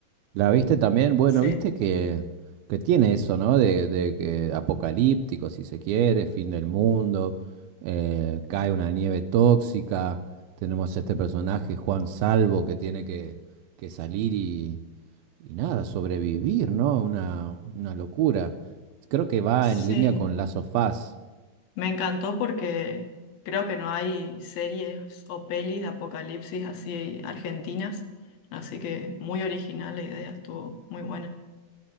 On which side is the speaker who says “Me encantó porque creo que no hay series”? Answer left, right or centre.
Left